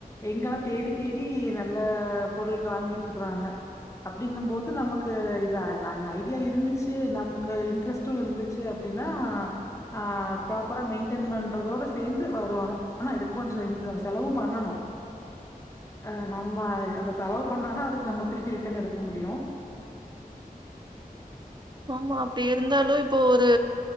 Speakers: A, on the left (about 20°); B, on the right (about 30°).
A: எங்கெல்லா தேடி தேடி நல்ல பொருள் வாங்கீட்ருக்குறாங்க அப்டிங்கும் போது நமக்கு இதுல நா ஐடியா இருந்துச்சு நமக்கு இன்ட்ரஸ்ட்டு இருந்துச்சு அப்டின்னா ஆ ப்ராப்பரா மெயின்டன் பண்றதோட சேந்து வரும் ஆனா ஆனா இது கொஞ்சோ செலவும் பண்ணணு அ நம்ம அத செலவு பண்ணாதா அதுக்கு நம்ம திருப்பி ரிட்டன் எடுக்க முடியு
B: ஆமா அப்டி இருந்தாலு இப்போ ஒரு